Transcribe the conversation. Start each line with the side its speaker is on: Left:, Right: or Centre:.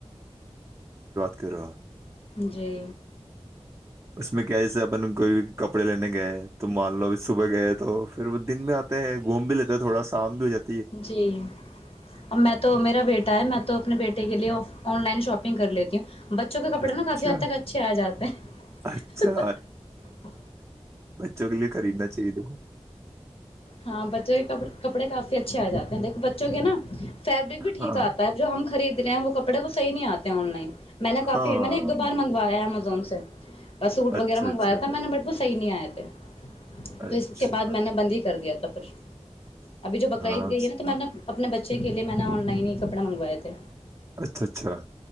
Right: کرا
Left: جی
Right: اس میں کیا جسے اپن کوئی بھی کپڑے لینے گئے تو مان لو ا صبح گئے تو پھر وہ دن بھی آتے ہیں گھوم بھی لیتے تھوڑا شام بھی ہو جاتا
Left: جی ا میں تو میرا بیٹا ہے میں تو اپنے بیٹے کے لیے آف آن لائن شاپنگ کر لیتی ہوں بچوں کے کپڑے
Right: اچھا
Left: نا کافی حد تک اچھے آ جاتے ہیں
Right: اچھا چگلے کرا چاہیے د وہ
Left: ہاں بچوں کے ک کپڑے کافی اچھے آ جاتے ہیں دیکھو بچوں کے نا فیبرک بھی ٹھیک
Right: ہاں
Left: آتا ہے جو ہم خرید رہے ہیں وہ کپڑے کو صحی نہیں آتے آن لائن میں نے کافی
Right: ہاں
Left: میں نے ایک دو بار منگوایا امزون سے سوٹ وغیرہ
Right: اچھا
Left: منگوایا
Right: اچھا
Left: تھا میں نے بٹ صحی نہیں آئے تھے
Right: اچھا
Left: تو اس کے بعد میں نے بندی کر دیا تھا پھر ابھی جو بکرائیید
Right: ہاں
Left: گئی ہے نا تو میں نا اپنے بچے کے لیے میں نہ ن ن کپڑے منگوائے تھے
Right: اچھا اچھا